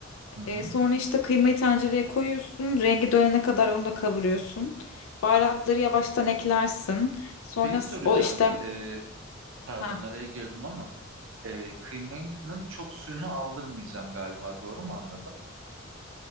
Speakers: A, on the right; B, on the left.
A: Hı hı.
B: Ee, sonra işte kıymayı tencereye koyuyorsun. Rengi dönene kadar onu da kavuruyorsun. Baharatları yavaştan eklersin. Sonra
A: Şeyi soracağım.
B: s- o işte
A: e, pardon
B: Heh.
A: araya girdim ama e, kıymanın çok suyunu aldırmayacağım galiba. Doğru mu anladım?